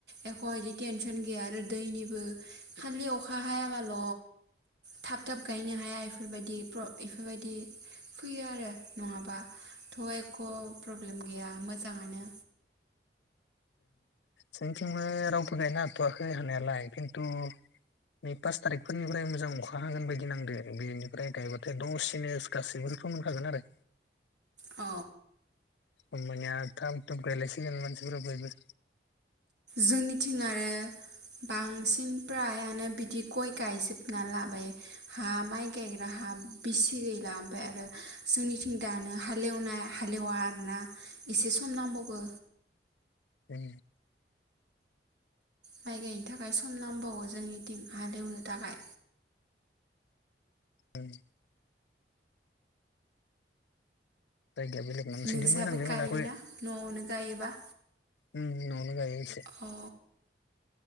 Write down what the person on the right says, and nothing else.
एख' बिदि टेनसन गैया आर दैनिबो खालि अखा हायाबाल' थाब थाब गायनो हाया बेफोरबायदि ख बेबायदि फैयो आरो नङाबा थ' एख' प्रब्लेम गैया मोजाङानो।
अ
जोंनिथिं आरो बांसिन फ्रायानो बिदि गय गायजोबना लाबाय हा माइ गायग्रा हा बिसि बिगा ओमफ्राय आरो जोंनिथिं दानो हालेवनाय हालेवा आरोना एसे सम नांबावगो
माइ गायनो थाखाय सम नांबावो जोंनि दिं हालेवनो थाखाय।
नोंसाबो
गायोना
न'आवनो गायोबा?
औ